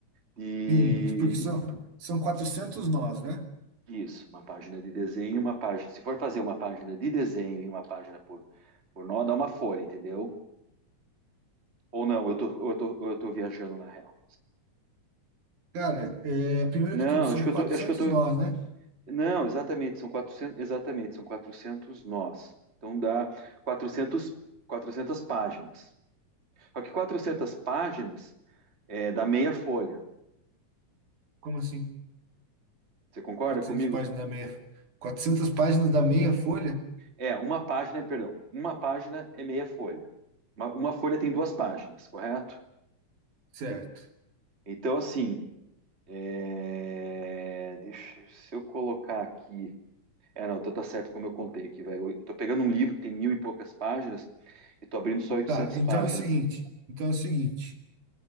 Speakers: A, on the right (about 20°); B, on the right (about 70°).
A: de...
B: Sim, porque são, são 400 nós, né?
A: Isso, uma página de desenho e uma página... Se for fazer uma página de desenho e uma página por, por nó, dá uma folha, entendeu? Ou não, eu tô, eu tô, eu tô viajando na real.
B: Cara, é, primeiro
A: Não,
B: de tudo, são
A: acho que eu
B: 400
A: tô, acho que eu tô.
B: nós, né?
A: Não, exatamente, são quatrocentos. exatamente, são quatrocentos nós. Então dá quatrocentos, quatrocentas páginas. Só que 400 páginas é dá meia folha.
B: Como assim?
A: Você concorda
B: 400
A: comigo?
B: páginas da meia... 400 páginas da meia folha?
A: É, uma página, perdão, uma página é meia folha. Uma, uma folha tem duas páginas, correto?
B: Certo.
A: Então, assim, é, deixa, se eu colocar aqui. É, não, então tá certo como eu contei aqui, velho. Eu tô pegando um livro que tem mil e poucas páginas e tô abrindo só oitocentas
B: Tá, então
A: páginas.
B: é o seguinte. Então é o seguinte.